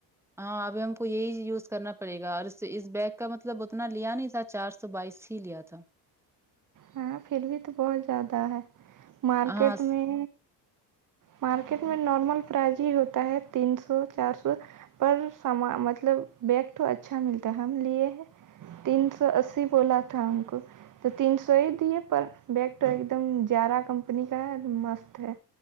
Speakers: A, in the centre; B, on the right.
A: ہاں ابھی ہم کو یہی یوز کرنا پڑے گا اور اس اس بیگ کا مطلب اتنا لیا نہیں تھا چار س سو بائیس ہی لیا تھا
B: ہاں پھر بھی تو بہت زیادہ ہے مارکیٹ
A: ہاں
B: میں مارکیٹ میں نارمل پرائز ہی ہوتا ہے تین سو چار سو پر سامان مطلب بیگ تو اچھا ملتا ہے ہم لیے ہیں تین سو اسی بولا تھا ہم کو تو تین سو ہی دیے پر بیگ تو ایک دم جارا کمپنی کا ہے مست ہے